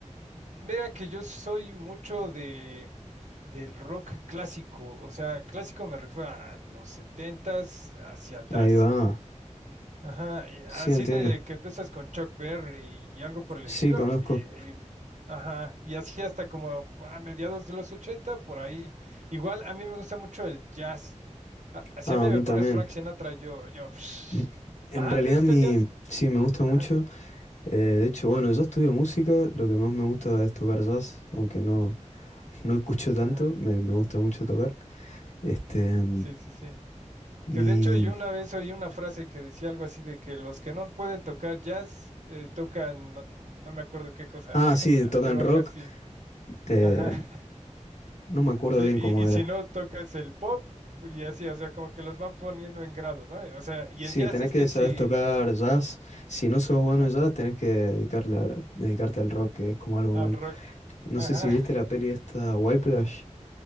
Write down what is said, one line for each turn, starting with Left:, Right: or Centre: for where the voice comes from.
Right: Mira que yo soy mucho de del rock clásico, o sea, clásico me refiero a los setentas hacia atrás.
Left: Ahí va.
Right: Ajá, y
Left: Sí,
Right: así
Left: entiendo.
Right: de que empiezas con Chuck Berry y algo por el
Left: Sí,
Right: estilo,
Left: conozco.
Right: y- y, ajá, y así hasta como a mediados de los ochenta, por ahí. Igual a mí me gusta mucho el jazz. A- Así
Left: Ah,
Right: a mí
Left: a mí
Right: me
Left: también.
Right: pones Frank Sinatra, yo, yo, <sniffs>
Left: N- En
Right: ajá,
Left: realidad
Right: ¿te gusta
Left: mi,
Right: el jazz?
Left: sí, me gusta mucho.
Right: Ajá,
Left: Eh, de hecho, bueno, yo estudio música, lo que más me gusta es tocar jazz, aunque no, no escucho tanto,
Right: ajá,
Left: me, me gusta mucho tocar. Este, mm,
Right: sí, sí, sí.
Left: mi...
Right: Que de hecho yo una vez oí una frase que decía algo así de que los que no pueden tocar jazz eh, tocan, no, no me acuerdo qué cosa,
Left: Ah,
Right: <laughs>
Left: sí, tocan
Right: pero
Left: rock.
Right: algo así.
Left: Eh,
Right: Ajá. <laughs>
Left: no me acuerdo
Right: Sí,
Left: bien
Right: y,
Left: cómo
Right: y
Left: era.
Right: si no tocas el pop pues, y así, o sea, como que los van poniendo en grados, ¿no? O sea, y
Left: Sí,
Right: el jazz
Left: tenés
Right: es
Left: que
Right: que
Left: saber
Right: sí,
Left: tocar jazz. Si no sos bueno
Right: ajá,
Left: en jazz, tenés que dedicarle, a- dedicarte al rock, que es como algo
Right: al
Left: malo.
Right: rock.
Left: No
Right: Ajá.
Left: sé si viste la
Right: <laughs>
Left: peli esta, Whiplash.